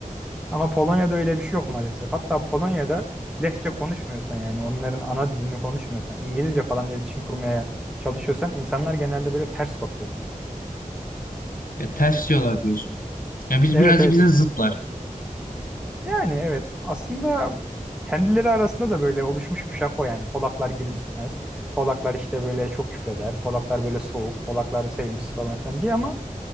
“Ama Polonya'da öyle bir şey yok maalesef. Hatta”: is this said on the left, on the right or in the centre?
Centre